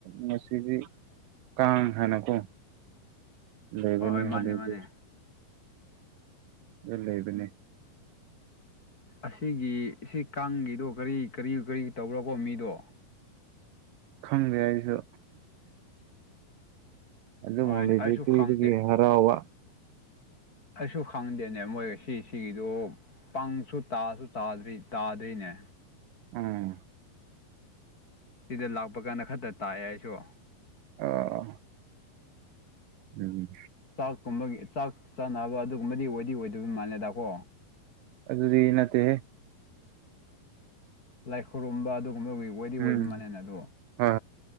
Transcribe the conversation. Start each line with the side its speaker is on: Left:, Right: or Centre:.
Right: ꯉꯁꯤꯗꯤ ꯀꯥꯡ ꯍꯥꯏꯅꯀꯣ ꯂꯩꯕꯅꯤ
Left: ꯍꯣꯏ ꯍꯣꯏ ꯃꯥꯅꯦ
Right: ꯍꯧꯖꯤꯛꯗꯤ
Left: ꯃꯥꯅꯦ
Right: ꯎꯝ ꯂꯩꯕꯅꯦ
Left: ꯑꯁꯤꯒꯤ ꯁꯤ ꯀꯥꯡꯒꯤꯗꯣ ꯀꯔꯤ ꯀꯔꯤ ꯀꯔꯤ ꯇꯧꯕ꯭ꯔꯀꯣ ꯃꯤꯗꯣ
Right: ꯈꯪꯗꯦ ꯑꯩꯁꯨ ꯑꯗꯨꯏ
Left: ꯍꯣꯏꯅꯦ
Right: ꯃꯃꯥꯡꯗ
Left: ꯑꯩꯁꯨ
Right: ꯂꯩ
Left: ꯈꯪꯗꯦ
Right: ꯍꯔꯥꯎꯕ
Left: ꯑꯩꯁꯨ ꯈꯪꯗꯦꯅꯦ ꯃꯣꯏ ꯁꯤꯁꯤꯒꯤꯗꯣ ꯀꯥꯡꯁꯨ ꯇꯥꯁꯨ ꯇꯥꯗ꯭ꯔꯤ ꯇꯥꯗ꯭ꯔꯤꯅꯦ
Right: ꯎꯝ
Left: ꯁꯤꯗ ꯂꯥꯛꯄ ꯀꯥꯟꯗ ꯈꯛꯇ ꯇꯥꯏꯑꯦ ꯑꯩꯁꯨ
Right: ꯑꯣ ꯑꯣ ꯎꯝ
Left: ꯆꯥꯛꯀꯨꯝꯕꯒꯤ ꯆꯥꯛ ꯆꯥꯅꯕ ꯑꯗꯨꯒꯨꯝꯕꯗꯤ ꯑꯣꯏꯗꯤ ꯑꯣꯏꯗꯣꯏꯕ ꯃꯥꯜꯂꯦꯗꯥꯛꯀꯣ
Right: ꯑꯗꯨꯗꯤ ꯅꯠꯇꯦꯍ
Left: ꯂꯥꯏ ꯈꯨꯔꯨꯝꯕ ꯑꯗꯨꯒꯨꯝꯕ ꯑꯣꯏꯗꯤ ꯑꯣꯏꯕ
Right: ꯎꯝ
Left: ꯃꯜꯂꯅ ꯑꯗꯣ
Right: ꯍꯣꯏ